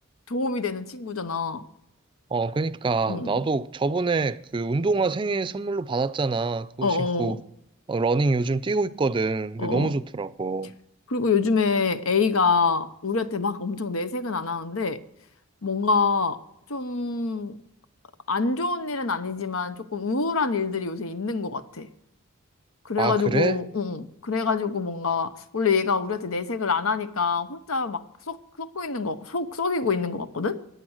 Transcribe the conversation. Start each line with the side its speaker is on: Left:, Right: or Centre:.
Left: 도움이 되는 친구잖아.
Right: 어, 그러니까
Left: 응.
Right: 나도 저번에 그 운동화 생일 선물로 받았잖아. 그거
Left: 어어.
Right: 신고 어, 러닝 요즘 뛰고 있거든.
Left: 어.
Right: 근데 너무
Left: 어.
Right: 좋더라고.
Left: 그리고 요즘에 A가 우리한테 막 엄청 내색은 안 하는데 뭔가 좀 안 좋은 일은 아니지만 조금 우울한 일들이 요새 있는 것 같아. 그래가지고,
Right: 아, 그래?
Left: 응, 그래가지고 뭔가, 원래 얘가 우리한테 내색을 안 하니까 혼자 막 썩, 썩고 있는 거, 속 썩이고 있는 것 같거든?